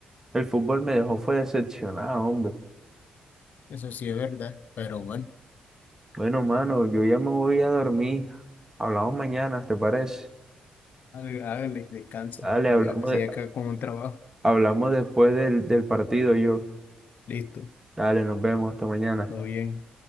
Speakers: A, on the right (about 20°); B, on the left (about 70°).
A: El fútbol me dejó fue decepcionado, hombre.
B: eso sí es verdad, pero bueno.
A: Bueno, mano, yo ya me voy a dormir. Hablamos mañana, ¿te parece?
B: Hágale, hágale, descansa
A: Dale,
B: y
A: hablamos,
B: vea que se
A: de-
B: acá con un trabajo.
A: hablamos después del, del partido yo.
B: Listo,
A: Dale, nos vemos hasta mañana.
B: todo bien.